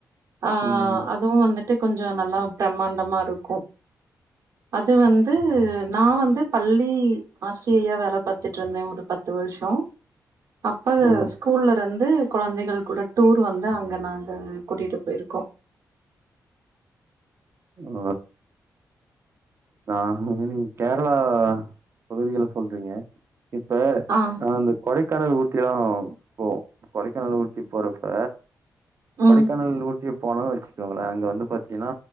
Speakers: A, on the right; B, on the right.
A: ஆ
B: ம்
A: அதுவு வந்துட் ட்டு கொஞ்சோ நல்லா பிரம்மாண்டமா இருக்கு அது வந்து நா வந்து பள்ளி ஹாஸ் பிரியா வேல பாத்துட்டுருந்தே ஒரு பத்து வருஷ் ட்டோ அப்ப
B: ஓ
A: ஸ்கூல்லருந்து கொழந்தைகள் கூட டூர் வந்து அங்க நாங்க கூட்டிட்டு போயிருக்கோ
B: ஓ நா நீங்க கேரளா பகுதிகள்ல சொல்றீங்க இப்ப
A: ஆ
B: நா அந்த கொடைக் க்கானல் ஊட்டில்லா போ கொடைக்கானல் ஊட்டி போறப்ப
A: ம்
B: கொடைக்கானல் ஊட் ட்டி போனானனு வச்சுக்கோங்களே அங்க வந்து பாத்தீன்னா